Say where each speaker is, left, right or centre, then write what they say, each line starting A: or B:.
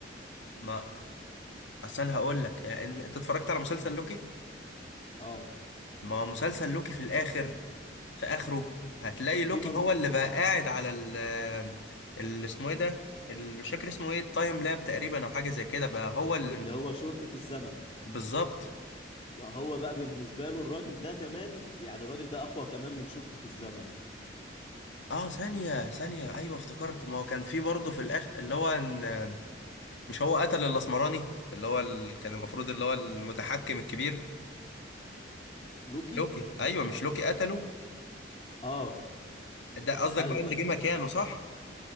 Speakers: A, on the left (about 80°); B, on the left (about 30°).
A: ما اصل انا هقول لك يعني انت اتفرجت على مسلسل لوكي؟
B: اه
A: ما هو مسلسل لوكي في الاخر في اخره هتلاقي
B: في
A: لوكي
B: منظ...
A: هو اللي بقى قاعد على ال ال- اسمه ايه ده؟ ال- مش فاكر اسمه ايه التايم لاب تقريبا او حاجه زي كده بقى هو اللي
B: اللي هو شرطة الزمن
A: بالظبط
B: هو بقى بالنسبة له الراجل ده كمان يعني الراجل ده أقوى كمان من شرطة الزمن
A: اه ثانيه ثانيه ايوه افتكرت ما هو كان في برضه في الاخر اللي هو إن مش هو قتل الاسمراني اللي هو ال... كان المفروض اللي هو المتحكم الكبير
B: لوكي
A: لوكي ايوه مش لوكي قتله
B: اه
A: ده قصدك
B: ايوه
A: بقى اللي
B: ايوه
A: جه مكانه صح